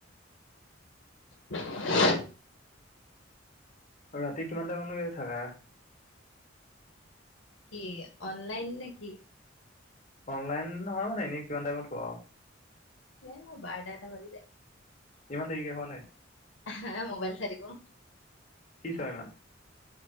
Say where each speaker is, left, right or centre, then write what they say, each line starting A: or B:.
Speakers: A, on the left; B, on the left.
A: <inaudible>
B: আৰু ৰাতি কিমান টাইমলৈকে থাকা?
A: কি অনলাইন নেকি?
B: অনলাইন নহয় মানে, এনেই কিমান টাইমত হোৱা আৰু?
A: এই মোৰ বাৰটা এটা বাজি যায়।
B: ইমান দেৰিক শুৱা নে?
A: হা মোবাইল চাই থাকো।
B: কি চোৱা ইমান?